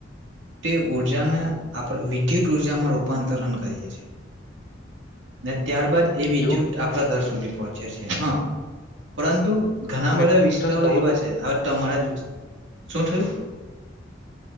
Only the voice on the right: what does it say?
તે ઉર્જાને આપણે વિદ્યુત ઉર્જામાં રૂપાંતરણ કરીએ છ છેએ ત્યારબાદ એ વિદ્યુત
આપણા ઘર સુધી પહોચ છે હા પરંતુ ઘણા
બધા વિસ્તારો
એવા છે હવે તમારા જ શું થયું